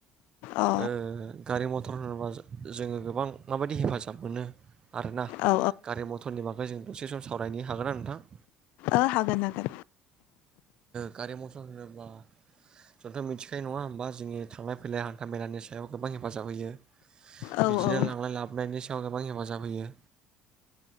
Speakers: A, on the left; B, on the right.
A: अ
B: ओ गारि मथर होनोब्ला जोंङो गोबां माबायदि हेफाजाब मोनो आरोना
A: औ
B: गारि मथरनि बागै जों दसे सम सावरायनो हागोना नोंथां?
A: ओ हागोन हागोन।
B: गारि मथर होनोबा जोंथ' मिथिखायो नंङा होमबा जोंनि थांलाय फैलाय हान्था मेलानि सायाव गोबां हेफाजाब होयो।
A: औ
B: बिदिनो
A: औ
B: लांलाय लाबनायनि याव गोबां हेफाजाब होयो।